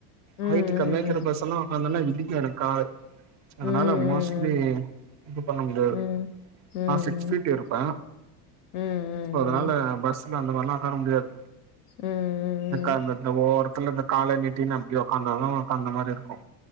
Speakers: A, on the left; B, on the right.
A: ம்
B: ஹைட்டு
A: ம்
B: கம்மியாருக்ற பஸ்னா உக்காந்தேனா இடிக்கு எனக்கு காலு அதுனால
A: ம்
B: மோஸ்ட்லி இது பண்ண முடியாது
A: ம் ம் ம்
B: நா சிக்ஸ் ஃபீட் இருப்ப
A: ம்
B: அதுனால பஸ் அந்த மாத்ரில்லா உக்கார முடியாது
A: ம் ம்
B: எனக்கு அந்தந்த ஓரோ அந்தந்த கால நீட்டினு அப்டி உக்காந்தாதா உக்காந்த மாரி இருக்கு